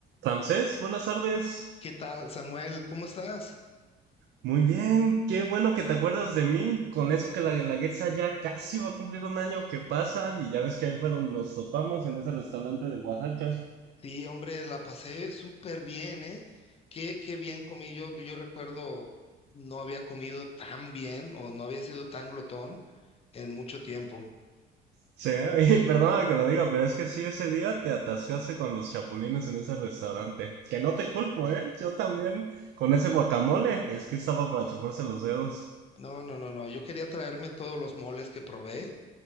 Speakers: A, on the right; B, on the left.
A: Ramsés, buenas tardes.
B: ¿Qué tal, Samuel? ¿Cómo estás?
A: Muy bien, qué bueno que te acuerdas de mí. Con eso que la Guelaguetza ya casi va a cumplir un año que pasa, y ya ves que ahí fue donde nos topamos en ese restaurante de Oaxaca.
B: Sí, hombre, la pasé súper bien, ¿eh? Qué, qué bien comí. Yo, yo recuerdo no había comido tan bien o no había sido tan glotón en mucho tiempo.
A: Sí, <laughs> y perdóname que lo diga, pero es que sí, ese día te atascaste con los chapulines en ese restaurante. Que no te culpo, ¿eh? Yo también. Con ese guacamole, es que estaba para chuparse los dedos.
B: No, no, no, no. Yo quería traerme todos los moles que probé